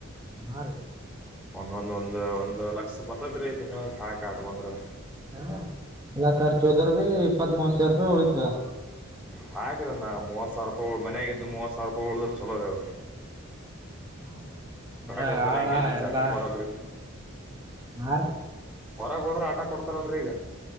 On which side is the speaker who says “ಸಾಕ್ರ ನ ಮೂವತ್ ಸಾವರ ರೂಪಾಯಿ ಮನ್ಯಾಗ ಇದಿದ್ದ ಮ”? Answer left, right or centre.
Centre